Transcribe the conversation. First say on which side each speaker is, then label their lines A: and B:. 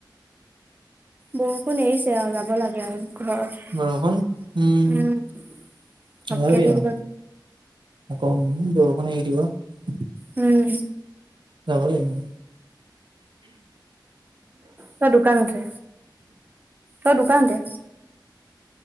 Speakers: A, on the right; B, on the right.
A: বৰষুণ এৰিছে আৰু যাব লাগে আৰু ঘৰ
B: বৰষুণ উম
A: উম
B: ওলাবি
A: অকে দি
B: আৰু
A: দিবা
B: আকৌ বৰষুণ এৰি দিব
A: উম
B: যাব লাগিব ন
A: তই দোকানতে তই দোকানতে